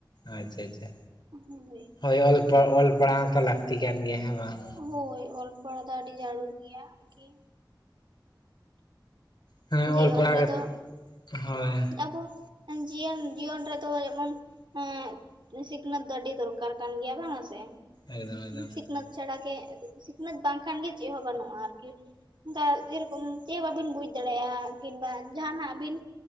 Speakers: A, on the left; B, on the right.
A: ᱟᱪᱪᱷᱟ ᱟᱪᱪᱷᱟ᱾
B: ᱦᱳᱭ,
A: ᱦᱳᱭ ᱚᱞᱟᱲ ᱚᱞ ᱯᱟᱲᱦᱟᱣ ᱛᱚ ᱞᱟᱹᱠᱛᱤ ᱠᱟᱱ ᱜᱮᱭᱟ ᱦᱮᱸ ᱵᱟᱝ᱾
B: ᱦᱳᱭ ᱚᱞ ᱯᱟᱲᱦᱟᱣ ᱫᱚ ᱟᱹᱰᱤ ᱡᱟᱹᱨᱩᱲ ᱜᱮᱭᱟ ᱟᱨᱠᱤ᱾
A: ᱦᱮᱸ
B: ᱡᱤᱭᱚᱱ
A: ᱚᱞ ᱯᱟᱲᱦᱟᱣ
B: ᱨᱮᱫᱚ
A: ᱠᱟᱛᱮᱫ ᱦᱳᱭ
B: ᱟᱵᱚ, ᱡᱤᱭᱚᱱ ᱡᱤᱭᱚᱱ ᱨᱮᱫᱚᱚ ᱡᱮᱢᱚᱱ ᱮᱸ ᱥᱤᱠᱷᱱᱟᱹᱛ ᱫᱚ ᱟᱹᱰᱤ ᱫᱚᱨᱠᱟᱨ᱾ ᱫᱚᱨᱠᱟᱨ ᱠᱟᱱ ᱜᱮᱭᱟ ᱵᱟᱝᱟ ᱥᱮ
A: ᱮᱠᱫᱚᱢ ᱮᱠᱫᱚᱢ
B: ᱥᱤᱠᱷᱱᱟᱹᱛ ᱪᱷᱟᱲᱟᱟᱜᱮ ᱥᱤᱠᱷᱱᱟᱹᱛ ᱵᱟᱝᱠᱷᱟᱱᱜᱮ ᱪᱮᱫ ᱦᱚᱸ ᱵᱟᱹᱱᱩᱜᱼᱟ ᱟᱨᱠᱤ᱾ ᱚᱱᱠᱟ ᱡᱨᱚᱠᱚᱢ ᱪᱮᱫ ᱵᱟᱹᱵᱤᱱ ᱵᱩᱡ ᱫᱟᱲᱮᱭᱟᱜᱼᱟ᱾ ᱠᱤᱵᱟ ᱡᱟᱦᱟᱱᱟᱜ ᱵᱤᱱ